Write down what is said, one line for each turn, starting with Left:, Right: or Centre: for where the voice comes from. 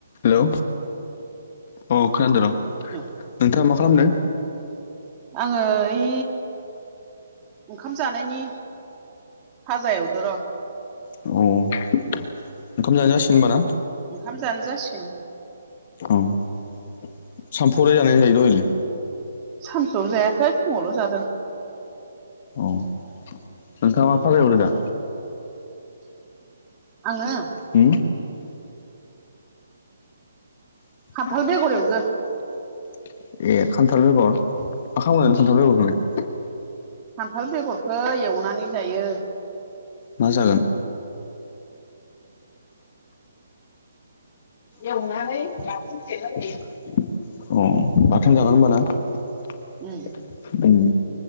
Left: Hello औ खोनादों र' नोंथाङा
Right: ओं
Left: मा खालामदों?
Right: आंङो ओइ। ओंखाम जानायनि फाजा एवदो र'।
Left: अ ओंखाम जाजासिगोन होमबा ना।
Right: ओंखाम जानो जासिगोन।
Left: औ सामफु आवलाय जादोंना जायाखै दहायलाय।
Right: सानसुआव जायाखै फुंङावल जादों।
Left: अ नोंथाङा मा फाजा एवदो दा।
Right: आंङो।
Left: ओं। ए
Right: खान्थाल बेगर
Left: खान्थाल
Right: एवदो
Left: बेगर। मा खालामनो नागेरदो खान्थाल बेगरखौलाय।
Right: खान्थाल बेगरखौ एवनानै जायो।
Left: मा जागोन। एवनानै बाथोन देना जायो। अ बाथोन जागोन होनबा ना।
Right: उम